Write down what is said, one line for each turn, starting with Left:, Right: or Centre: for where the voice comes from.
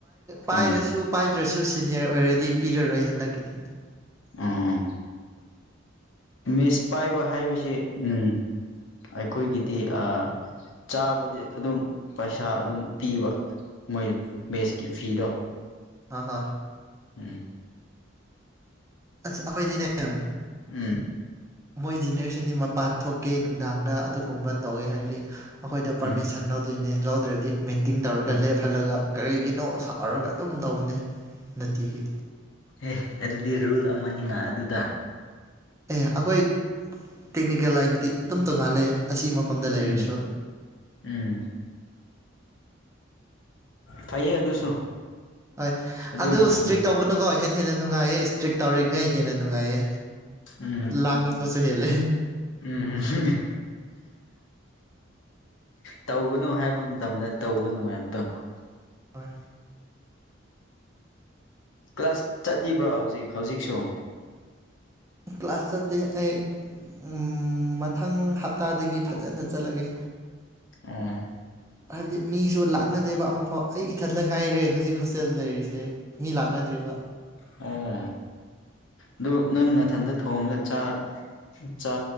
Right: ꯄꯥꯏꯔꯁꯨ
Left: ꯎꯝ
Right: ꯄꯥꯏ ꯇ꯭ꯔꯁꯨ ꯁꯤꯅꯤꯌꯔ ꯑꯣꯏꯔꯗꯤ ꯄꯤꯔꯔꯣꯏ ꯍꯟꯗꯛꯀꯤꯗꯤ
Left: ꯎꯝ ꯃꯦꯁ ꯄꯥꯏꯕ ꯍꯥꯏꯕꯁꯤ ꯎꯝ ꯑꯩꯈꯣꯏꯒꯤꯗꯤ ꯑꯥ ꯆꯥꯕꯗꯤ ꯑꯗꯨꯝ ꯄꯩꯁꯥ ꯑꯗꯨꯝ ꯄꯤꯕ ꯃꯣꯏ ꯃꯦꯁꯀꯤ ꯐꯤꯗꯣ
Right: ꯑꯥ ꯍꯥ
Left: ꯎꯝ
Right: ꯑꯁ ꯑꯩꯈꯣꯏꯗꯤꯅꯦ ꯎꯝ
Left: ꯎꯝ
Right: ꯃꯣꯏ ꯏꯖꯤꯅꯤꯌꯔꯁꯤꯗꯤ ꯃꯄꯥꯟ ꯊꯣꯛꯀꯦ ꯅꯨꯡꯗꯥꯡꯗ ꯑꯗꯨꯒꯨꯝꯕ ꯇꯧꯋꯦ ꯍꯥꯏꯗꯤ ꯑꯩꯈꯣꯏꯗ ꯄꯔꯃꯤꯁꯟ
Left: ꯎꯝ
Right: ꯂꯧ ꯑꯗꯨꯏꯅꯦ ꯂꯧꯗ꯭ꯔꯗꯤ ꯃꯤꯇꯤꯡ ꯇꯧꯔꯒ
Left: ꯎꯝ
Right: ꯂꯦꯞꯍꯜꯂꯒ ꯀꯔꯤꯒꯤꯅꯣ ꯁꯥꯎꯔꯒ ꯑꯗꯨꯝ ꯇꯧꯕꯅꯦ ꯅꯨꯡꯇꯤꯒꯤ
Left: ꯑꯦ ꯑꯗꯨꯗꯤ ꯔꯨꯜ ꯑꯃꯅꯤꯅ ꯑꯗꯨꯗ
Right: ꯑꯦ ꯑꯩꯈꯣꯏ ꯇꯦꯛꯅꯤꯀꯦꯜ ꯂꯥꯏꯟꯒꯤꯗꯤ ꯑꯗꯨꯝ ꯇꯣꯉꯥꯟꯜꯂꯦ ꯑꯁꯤ ꯃꯐꯝꯗ ꯂꯩꯔꯁꯨ
Left: ꯎꯝ ꯎꯝ ꯐꯩꯌꯦ ꯑꯗꯨꯁꯨ
Right: ꯍꯣꯏ
Left: ꯑꯗꯨꯝ
Right: ꯑꯗꯨ ꯏꯁꯇ꯭ꯔꯤꯛ
Left: ꯎꯝ
Right: ꯇꯧꯒꯅꯨꯀꯣ ꯍꯦꯟꯅ ꯍꯦꯟꯅ ꯅꯨꯡꯉꯥꯏꯌꯦ ꯏꯁꯇ꯭ꯔꯤꯛ ꯇꯧꯔꯤꯈꯩ ꯍꯦꯟꯅ ꯅꯨꯡꯉꯥꯏꯌꯦ
Left: ꯎꯝ
Right: ꯂꯥꯡꯅꯤꯡꯕꯁꯨ ꯍꯦꯜꯂꯦ
Left: ꯎꯝ ꯍꯨ ꯎꯝ ꯇꯧꯒꯅꯨ ꯍꯥꯏꯕ ꯃꯇꯝꯗ ꯇꯧꯕ ꯅꯨꯡꯉꯥꯏꯕꯗꯣ
Right: ꯍꯣꯏ
Left: ꯀ꯭ꯂꯥꯁ ꯆꯠꯂꯤꯕ꯭ꯔꯣ ꯍꯧꯖꯤꯛ ꯍꯧꯖꯤꯛꯁꯨ
Right: ꯀ꯭ꯂꯥꯁ ꯆꯠꯇꯦ ꯑꯩ ꯎꯝ ꯃ ꯃꯊꯪ ꯍꯞꯇꯥꯗꯒꯤ ꯐꯖꯅ ꯆꯠꯂꯒꯦ
Left: ꯑꯣ
Right: ꯍꯥꯏꯕꯗꯤ ꯃꯤꯁꯨ ꯂꯥꯛ ꯂꯥꯛꯅꯗꯦꯕ ꯑꯃꯐꯥꯎ ꯑꯩ ꯏꯊꯟꯗ ꯉꯥꯏꯔꯦ ꯍꯧꯖꯤꯛ ꯍꯣꯁꯇꯦꯜ ꯂꯩꯔꯤꯁꯦ ꯃꯤ ꯂꯥꯛꯅꯗ꯭ꯔꯤꯕ
Left: ꯑꯣ ꯑꯗꯨ ꯅꯪ ꯅꯊꯟꯗ ꯊꯣꯡꯉꯒ ꯆꯥ